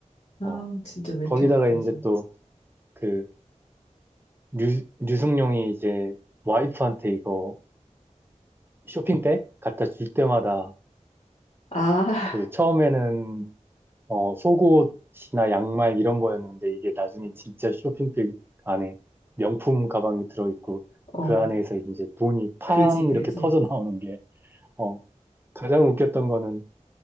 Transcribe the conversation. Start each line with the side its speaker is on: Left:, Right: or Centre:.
Left: 아,
Right: 어.
Left: 진짜 왜
Right: 거기다가
Left: 이렇게 웃기지?
Right: 이제 또그 류, 류승룡이 이제 와이프한테 이거 쇼핑백 갖다 줄 때마다
Left: 아,
Right: 그 처음에는
Left: <laughs>
Right: 어, 속옷이나 양말 이런 거였는데 이게 나중에 진짜 쇼핑백 안에 명품 가방이 들어있고
Left: 어,
Right: 그 안에서 이제 돈이 팡
Left: 그지, 그지.
Right: 이렇게 터져 나오는 게 어, 가장 웃겼던 거는